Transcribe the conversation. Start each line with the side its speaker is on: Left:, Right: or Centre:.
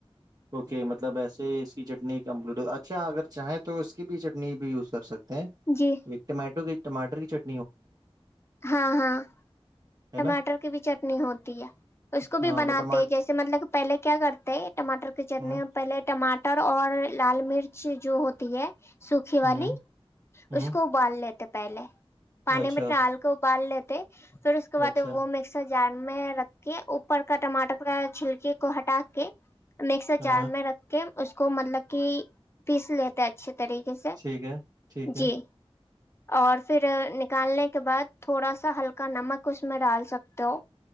Right: اوکے مطلب ایسے اس کی چٹنی کمکلوڈ اچھا اگر چاہیں تو اس کی بھی چٹنی بھی یوز کر سکتے
Left: جی
Right: ایک تو مٹو گ ٹار کی چ
Left: ہاں ہاں
Right: ہے
Left: ٹماٹر
Right: نا
Left: کی بھی چٹنی ہوتی ہے اس کو
Right: ہاں
Left: بھی بناتے
Right: تو ٹماٹر
Left: جیسے مطلب پہلے کیا کرتے ٹماٹر کے چٹنی
Right: ہ
Left: پہلے ٹماٹر اور لال مرچ جو ہوتی ہے سوکھی والی
Right: ہ
Left: اس
Right: ہ
Left: کو ابال لیتے تھ پہلے پانی
Right: اچھا
Left: میںٹ ہلکا ابال لی ا بات
Right: اچھا
Left: ہے وہ مس جار میں رکھ کے اوپر کا ٹماٹر کا چھلکے کو ہٹا کے مکسر
Right: ہاں
Left: چار
Right: ہاں
Left: میں رکھ کے اس کو مطلب کہ پیس لیتے اچھے طریقے سے
Right: ٹھیک ہے ٹھیک ہے
Left: جی اور پھر نکالنے کے بعد تھوڑا سا ہلکا نمک کچھ میں ڈال سکتے ہو